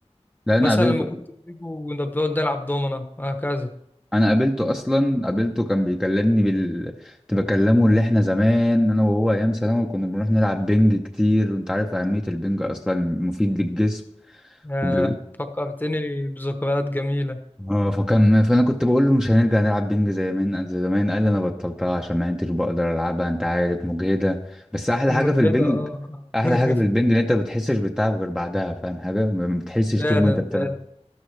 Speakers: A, in the centre; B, on the left.
A: لا انا
B: مثلا
A: قابلته
B: لما كنت بتيجوا كنا بنقعد نلعب دومنة وهكذا
A: انا قابلته اصلا قابلته كان بيكلمني بال كنت بكلمه اللي احنا زمان انا وهو ايام ثانوي كنا بنروح نلعب بنج كتير وانت عارف اهمية البنج اصلا مفيد للجسم
B: آه
A: وب...
B: فكرتني بذكريات جميلة
A: اه فكان فانا كنت بقول له مش هنرجع نلعب بينج زي زمان زي زمان قال لي انا بطلتها عشان ما كنتش بقدر العبها انت عارف مجهده بس احلى
B: مجهدة
A: حاجه في البنج
B: اه
A: احلى
B: <laughs> آه.
A: حاجه في البنج ان انت ما بتحسش بالتعب غير بعدها فاهم حاجه ما ما بتحسش
B: فعلا
A: طول ما انت بتلعب
B: فعلا